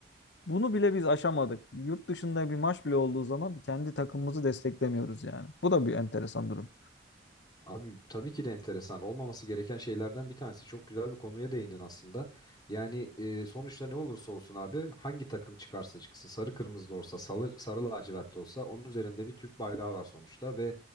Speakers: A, on the left; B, on the left.
A: bunu bile biz aşamadık. Yurt dışında bir maç bile olduğu zaman kendi takımımızı desteklemiyoruz yani. Bu da bir enteresan durum.
B: Abi tabii ki de enteresan. Olmaması gereken şeylerden bir tanesi. Çok güzel bir konuya değindin aslında. Yani e, sonuçta ne olursa olsun abi hangi takım çıkarsa çıksın sarı kırmızı da olsa sarı, sarı lacivert de olsa onun üzerinde bir Türk bayrağı var sonuçta ve